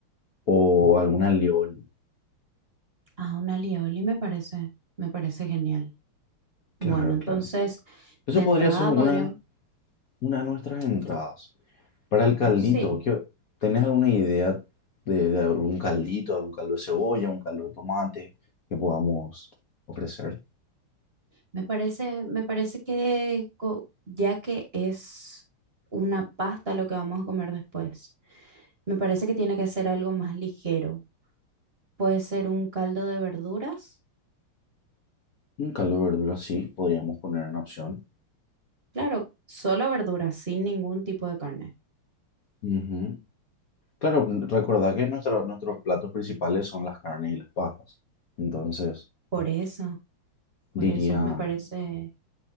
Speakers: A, on the left; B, on the right.
A: o alguna alioli.
B: Ah, un alioli me parece, me parece genial.
A: Claro,
B: Bueno, entonces
A: claro. Eso
B: de
A: podría
B: entrada
A: ser una,
B: podrían,
A: de nu- una de nuestras entradas. Para el caldito,
B: uh, sí,
A: ¿qué- ¿tenés alguna idea de, de algún caldito, algún caldo de cebolla, un caldo de tomate que podamos ofrecer?
B: me parece, me parece que co- ya que es una pasta lo que vamos a comer después, me parece que tiene que ser algo más ligero. Puede ser un caldo de verduras,
A: Un caldo de verdura, sí, podríamos poner en opción.
B: claro, solo verduras, sin ningún tipo de carne.
A: Ujú. Claro, n- recordá que nuestra- nuestros platos principales son las carnes y las pastas. Entonces,
B: Por eso, por
A: diría...
B: eso me parece.